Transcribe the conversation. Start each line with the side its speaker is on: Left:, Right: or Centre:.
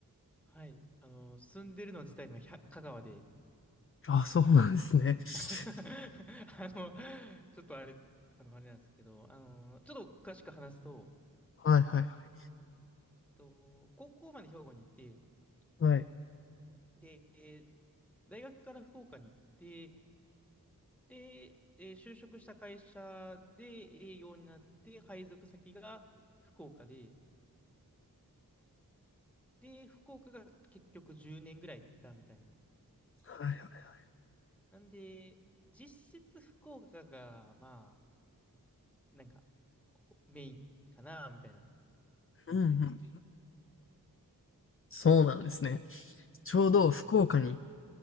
Centre: はい。あの、住んでるの自体はひゃ香川で。
Left: あ、そうなんですね。<laughs>
Centre: <laughs> あの、ちょっとあれ、あの、あれなんですけど、あの、ちょっと詳しく話すと、
Left: はいはいはい。
Centre: えっと、高校まで兵庫にいて、
Left: はい。
Centre: で、えー大学から福岡に行って、で、えー就職した会社で営業になって、配属先が福岡で、で、福岡が結局10年ぐらいいたみたいな
Left: はいはいはい。
Centre: なんで、実質福岡が、まあ、なんか、ほメインかな、みたいな感じです。
Left: うんうん。そうなんですね。ちょうど福岡に、
Centre: そうなんですよ。